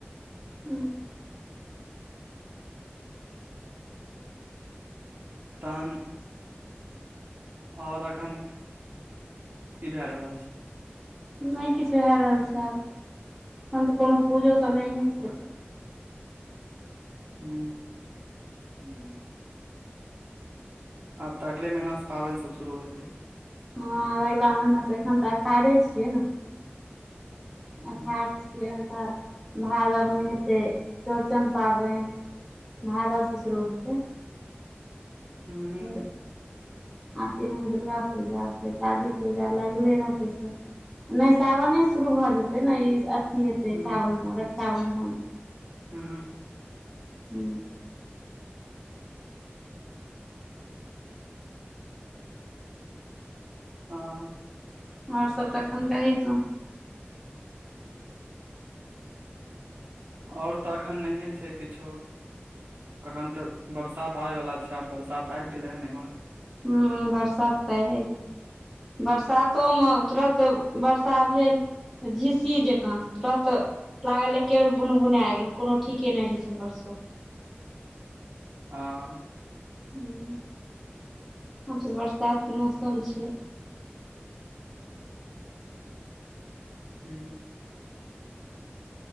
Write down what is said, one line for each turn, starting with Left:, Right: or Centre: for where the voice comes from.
Centre: अच्छा
Right: तहन और एखन कि भए रहल छै
Centre: नहि किछ भए रहल छै आब एखन तऽ कोनो पूजो सभ नहि
Right: ह
Centre: छै तऽ
Right: हू।
Centre: हू।
Right: आब तऽ अगले महीनासँ पाबेन सभ शुरू हेतै
Centre: ह अगिला महीनासँ एखन तऽ अखाड़े छियै ने
Right: ह
Centre: अखाढ़ छियै ओकेवाद भादवमे हेतै चौड़चन पाबेन भादवसँ शुरू हेतै।
Right: हू।
Centre: हेलो आशिनमे दुर्गा पूजा फेर काली पूजा लगले रहते सभ नहि सावनेसँ शुरू भऽ जेतै ने ई अथी हेतै
Right: ह
Centre: सावन मे रक्षाबन्धन
Right: हू
Centre: ह
Right: ह
Centre: आओर सभ तखन कही तू
Right: ओर तऽ एखन नहिए छै किछो अखन तऽ बरसात आबय वाला छै आ बरसात आबि गेले हेन एमहर।
Centre: हू बरसात तऽ आबे गेल बरसातोमे तुरत वर्षा भेल झिस्सी जका तुरत लागल एकेबेर बुन बुनाय गेल कोनो ठीके नहि रहै छै बरसो क
Right: ह
Centre: ह आब त बरसातके मौसम छै
Right: ह